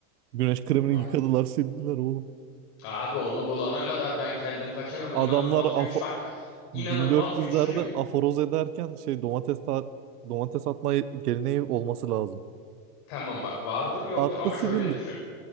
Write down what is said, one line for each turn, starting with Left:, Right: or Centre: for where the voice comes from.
Right: Güneş kremini
Left: Anla.
Right: yıkadılar sildiler oğlum.
Left: Abi onu bulana kadar ben kendim kaçarım. İnanılmaz
Right: Adamlar
Left: güç.
Right: afo-
Left: Bak inanılmaz
Right: 1400'lerde
Left: güçlüyüm.
Right: aforoz ederken şey domates ta- domates atma geleneği olması lazım.
Left: Tamam bak vardır yoktur
Right: Attı
Left: ama
Right: silindi.
Left: şöyle düşün.
Right: Hı